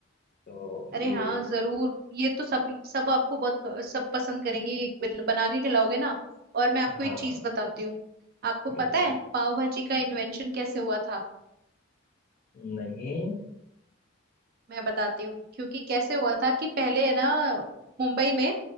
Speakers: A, on the left (about 45°); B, on the right (about 50°).
A: तो
B: अरे
A: ये
B: हाँ जरूर ये तो सब सब आपको बहुत सब पसंद करेंगे ये बन- बना के खिलाओगे ना और मैं आपको
A: हाँ
B: एक चीज बताती हूँ आपको
A: बिल्कुल
B: पता है पाव भाजी का इन्वेंशन कैसे हुआ था
A: नहीं
B: मैं बताती हूँ क्योंकि कैसे हुआ था कि पहले है ना मुंबई में